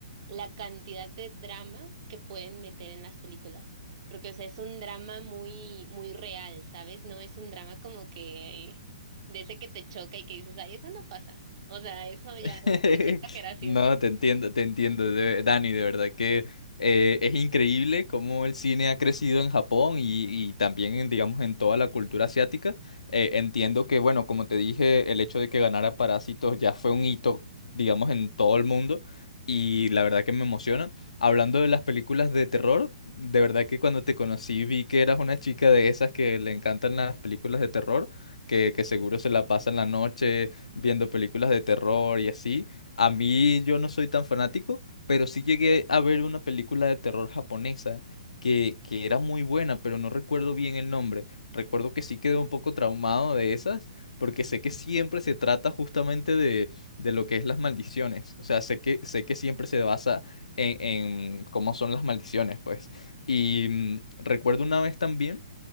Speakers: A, on the right; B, on the left.
A: la cantidad de drama que pueden meter en las películas, porque o sea, es un drama muy muy real, ¿sabes? No es un drama como que de ese que te choca y que dices, ay, eso no pasa. O sea, eso ya
B: <laughs>
A: es mucha exageración.
B: No, te entiendo, te entiendo, de- Dani, de verdad que eh, es increíble cómo el cine ha crecido en Japón y, y también, en, digamos, en toda la cultura asiática. Eh, entiendo que, bueno, como te dije, el hecho de que ganara Parásitos ya fue un hito, digamos, en todo el mundo y la verdad que me emociona. Hablando de las películas de terror, de verdad que cuando te conocí vi que eras una chica de esas que le encantan las películas de terror, que, que seguro se la pasa en la noche viendo películas de terror y así. A mí yo no soy tan fanático, pero sí llegué a ver una película de terror japonesa que, que era muy buena, pero no recuerdo bien el nombre. Recuerdo que sí quedé un poco traumado de esas, porque sé que siempre se trata justamente de, de lo que es las maldiciones. O sea, sé que, sé que siempre se basa en, en cómo son las maldiciones, pues. Y mm, recuerdo una vez también